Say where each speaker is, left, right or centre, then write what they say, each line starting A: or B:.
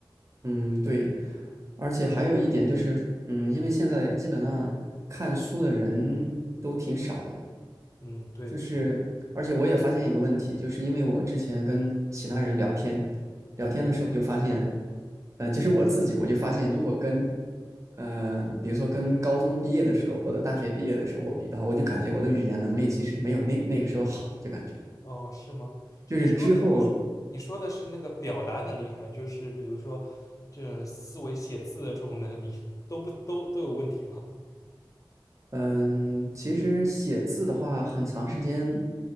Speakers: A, on the right (about 35°); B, on the left (about 40°).
A: 嗯，对。而且还有一点就是，嗯，因为现在基本上看书的人都挺少的，
B: 嗯，对，
A: 就是，
B: 是的，
A: 而且我也发现一个问题，就是因为我之前跟其他人聊天，聊天的时候就发现，
B: 嗯
A: 嗯、其实我自己我就发现，如果跟，呃，比如说跟高中毕业的时候或者大学毕业的时候我比的话，
B: 嗯。嗯。
A: 我就感觉我的语言能力其实没有那那个时候好，就感觉
B: 哦，是吗？
A: 就是之后，
B: 你说你你说的是那个表达能力，还就是比如说这种思维写字的这种能力，都不都都有问题吗？
A: 嗯、其实写字的话，很长时间